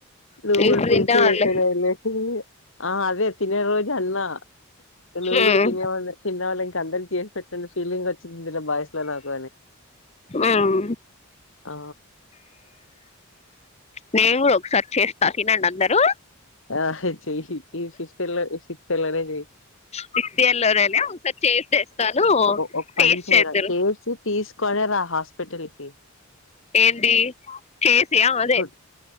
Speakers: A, on the left; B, on the left.
A: నువ్వు
B: ఇప్పుడు
A: కూడ ఫుల్
B: తింటానలే
A: ఫీల్ అయిపోయి అని ఆ అదే తిన్నే రోజు. గన్నా. నువ్వు
B: ఉమ్
A: కూడా తిని తిన్నావాల తినాలి అందరం చేసి పెట్టిన ఫీలింగ్ వచ్చి బాయ్స్ నాకు
B: ఉమ్
A: ఆ.
B: నేను కూడా ఒకసారి చేస్తా తినండి అందరూ.
A: ఆ. చెయ్ ఈ సిస్ల శస్లనే చెయ్
B: సిక్స్త్ ఇయర్ లోనేనే ఒకసారి చేసి తెస్తాను
A: ఒక
B: టేస్ట్
A: పని చేయరా
B: చేద్దురు
A: చేసి. తీసుకొరా హాస్పిటల్ కి.
B: ఏంది చేసి ఆ అదే.
A: గుడ్.